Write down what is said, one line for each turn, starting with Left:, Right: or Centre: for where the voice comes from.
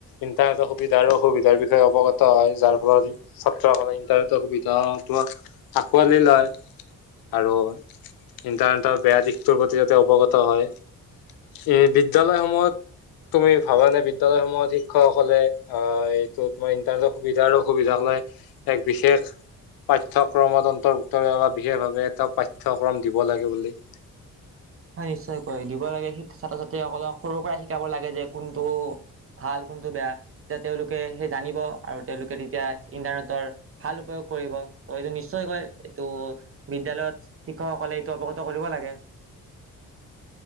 Left: ইণ্টাৰনেটৰ সুবিধা অসুবিধাৰ বিষয়ে অৱগত হয় যাৰ ফলত ছাত্ৰসকলে ইন্টাৰনেটৰ সুবিধা আকোৱালি লয়। আৰু ইণ্টাৰনেটৰ বেয়া দিশটোৰ প্ৰতি যাতে অৱগত হয়। এ বিদ্যালয় সমূহত তুমি ভাবানে বিদ্যালয় সমূহত শিক্ষকসকলে অ এইটো তোমাৰ ইন্টাৰনেটৰ সুবিধাৰো অসুবিধালে এক বিশেষ পাঠ্যক্ৰমত অন্তৰ্ভুক্ত বা বিশেষভাৱে এটা পাঠ্যক্ৰম দিব লাগে বুলি
Right: <inaudible> হয় নিশ্চয়কৈ দিব লাগে ছাত্ৰ ছাত্ৰীসকলক সৰুৰ পৰা শিকাব লাগে যে কোনটো ভাল কোনটো বেয়া তেতিয়া তেওঁলোকে সেই জানিব আৰু তেওঁলোকে তেতিয়া ইন্টাৰনেটৰ ভাল উপয়োগ কৰিব ত এইটো নিশ্চয় কয় এইটো বিদ্যয়ালয়ত শিক্ষকসকলে এইটো অৱগত কৰিব লাগে। <inaudible>